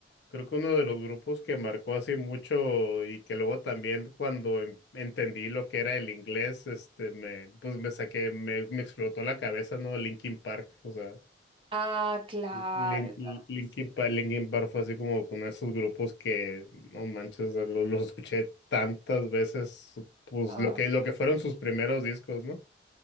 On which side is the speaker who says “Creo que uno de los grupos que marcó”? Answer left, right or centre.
Left